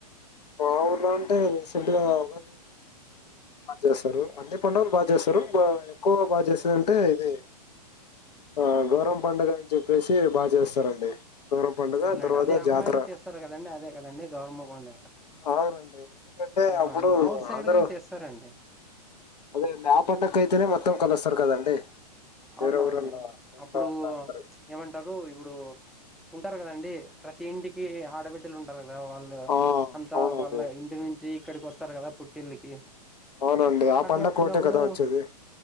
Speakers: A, on the left; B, in the centre.
A: మా ఊర్లో అంటే రీసెంట్ గా ఉగాది బాగా చేస్తారు అన్ని పండుగలు బాగా చేస్తారు బా ఎక్కువ బాగా చేసెదంటే ఇది ఆ గౌరం పండుగ అని చెప్పేసి బా చేస్తారండి గౌరవం పండుగ
B: అవునండి
A: తర్వాత
B: అది అమ్మాయిలు
A: జాతర
B: చేస్తారు కదండి అదే కదండి గౌరమ్మ పండుగ
A: అవునండి ఎందుకంటే
B: అవునండి
A: అప్పుడు
B: మా ఊరు సైడ్
A: అందరూ
B: గాని చేస్తారండి
A: అదేనండి ఆ పండగకు అయితేనే మొత్తం కలుస్తారు కదండి వేరే
B: అవునవును
A: ఊరల్లో
B: లేండి
A: ఇంట్లో
B: అప్పుడు
A: ఉన్న అందరూ
B: ఏమంటారు ఇప్పుడు ఇప్పుడు ఉంటారు కదండి ప్రతి ఇంటికి ఆడబిడ్డలు ఉంటారు ఆ వాళ్ళు
A: ఆ
B: అంతా
A: అవునండి
B: వాళ్ళ ఇంటి నుంచి ఇక్కడికి వస్తారు కదా పుట్టిల్లికి
A: అవునండి ఆ
B: అట్లా
A: పండగ
B: వచ్చినప్పుడు
A: ఒకటే కదా వచ్చేది